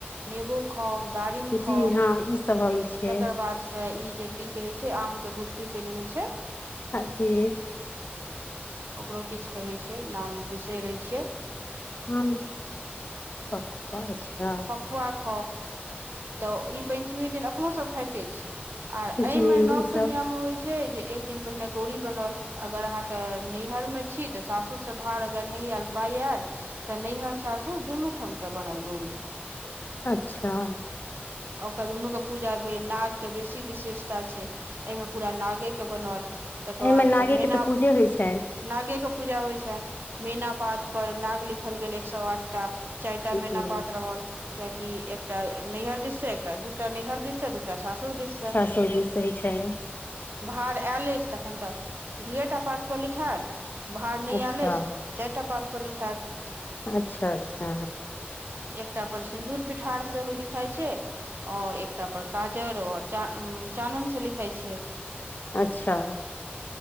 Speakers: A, on the right; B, on the left.
A: नेबो खाउ दारिम खाउ
B: जी हँ ई सब होइ छै
A: तकर बाद से ई जे की कहै छै आमके गुठरीके जे होइ छै
B: आ जे
A: ओकरो किछ कहै छै नाम बिसरै छिये
B: <unintelligible> आम पकबा छा
A: पखुआ खाउ त ई पञ्चमी दिन अपनो सब खाइते छी आ एहिमे
B: जी
A: नव
B: ई सब
A: कनिआमे होइ छै जे एक दिन पहिने गौरी बनल अगर अहाँ के नैहर में छी त सासु र से भार अगर नहि आयल पाय आयल त नैहर सासुर दुनू ठाम के बनल गौरी
B: अच्छा
A: आ ओकरा दुनू के पूजा भेल नाग के बेसी विशेषता छै अयमे पूरा नागे के बनल तकर
B: एहिमे
A: बादसँ
B: नागे
A: मैना
B: के तऽ पूजे होइ छनि
A: नागेके पूजा होइ छनि मैना पात पर नाग लिखल गेल एक साए आठटा चारिटा मैना
B: जी
A: पात रहल कियाकि एकटा नैहर दिस से एकटा दूटा नैहर दिस से त सासुर दिस
B: सासुर दिस होइ छै
A: भार आयल अछि तखन त दुएटा पातपर लिखायल भाड़ नहि
B: अच्छा
A: आयेल अछि त चारिटा पात पर लिखायेत
B: अच्छा अच्छा
A: एकटा पर सिन्दूर पिठार सेहो लिखाइ छै और एक एकटा पर काजर आओर चा-चानन से लिखै छै
B: अच्छा